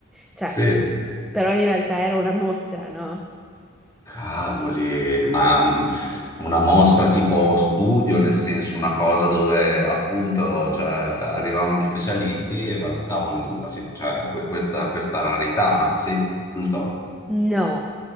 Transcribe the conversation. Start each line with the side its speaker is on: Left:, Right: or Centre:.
Centre: cioè,
Left: Sì.
Centre: però in realtà era una mostra, no?
Left: Cavoli, ma un- una mostra tipo studio, nel senso una cosa dove appunto cioè, arrivavano gli specialisti e valutavano la si- cioè, que- questa, questa rarità, no? Sì, giusto?
Centre: No.